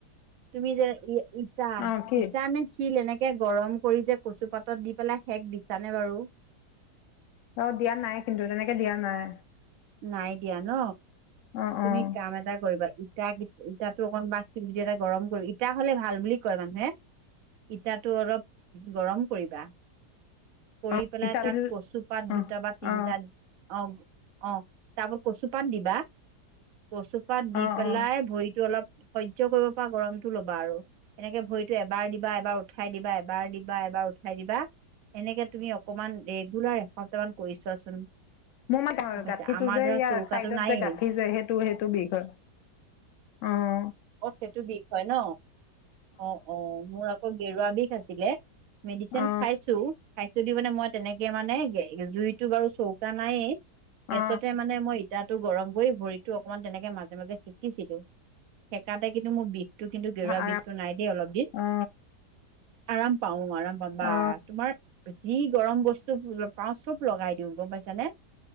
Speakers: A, on the right (about 65°); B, on the left (about 70°).
A: তুমি যে ইটা,
B: অঁ কি
A: ইটা নে শিল এনেকে গৰম কৰি যে কচুপাত তত দি পেলাই শেক দিছানে বাৰু?
B: অ', দিয়া নাই কিন্তু তেনেকে দিয়া নাই।
A: নাই দিয়া ন,
B: অঁ
A: তুমি
B: অঁ
A: কাম এটা কৰিবা ইটা কিত ইতাতো অকনমান শিলগুটি এটা গৰম কৰি ইটা হ'লে ভাল বুলি কয় মানুহে। ইটাটো অলপ গৰম কৰিবা। কৰি
B: অ
A: পেলাই
B: ইটাবিল
A: তাত কচুপাত
B: অ
A: দুটা বা তিনটাত
B: অ
A: অ'। অ', তাৰ ওপৰত কচুপাত দিবা, কচুপাত দি
B: অ
A: পেলাই
B: অ
A: ভৰিতটো অলপ সহ্য কৰিব পৰা গৰমতটো ল'বা আৰু। এনেকে ভৰিতটো এবাৰ দিবা, এবাৰ উঠাই দিবা এবাৰ দিবা, এবাৰ উঠাই দিবা। এনেকে তুমি অকমান ৰেগুলাৰ এসপ্তাহ মান কৰি চোৱাচোন?
B: মোৰ মানে
A: হৈছে
B: গাঁঠিটো
A: আমাৰ
B: যে
A: ধৰা
B: ইয়াৰ
A: চৌকাটো
B: চাইডত
A: নায়েই
B: যে গাঁঠি যে সেই টো সেইটো বিষ হয় অ'।
A: অ', সেইটো বিষ হয় ন অ', অ'মোৰ আকৌ গেৰুৱা বিষ আছিলে। মেডিচিন
B: অ
A: খাইছোঁ, খাইছোঁ দি মানে মই তেনেকে মানে জুইতটো বাৰু চৌকা নাইয়েই। গেছতে
B: অ অ
A: মানে মই ইটাটো গৰম কৰি ভৰিটো অকনমান তেনেকে মাজে, মাজে সেকিছিলোঁ। সেকাতে কিন্তু মোৰ বিষটো কিন্তু গেৰুৱা
B: আৰাম
A: বিষটো নাই দেই অলপ দিন।
B: অ
A: আৰাম পাওঁ আৰাম পাম বা
B: অ
A: তোমাৰ যি গৰম বস্তু পাওঁ চব লগাই দিওঁ গম পাইছ নে।